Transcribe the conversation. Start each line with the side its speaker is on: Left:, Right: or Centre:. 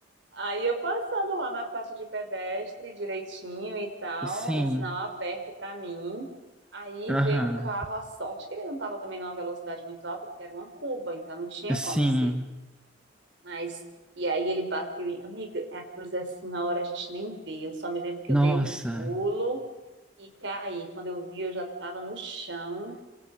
Right: Aí eu passando lá na faixa de pedestre direitinho e tal,
Centre: Sim,
Right: o sinal aberto pra mim. Aí
Centre: aham,
Right: veio um carro, a sorte que ele não estava também numa velocidade muito alta, porque era uma curva, então não tinha
Centre: sim.
Right: como ser. Mas e aí ele bateu, em- amiga, é a coisa é assim, na hora a gente nem vê. Eu só me lembro que
Centre: Nossa,
Right: eu dei um pulo e caí. Quando eu vi, eu já estava no chão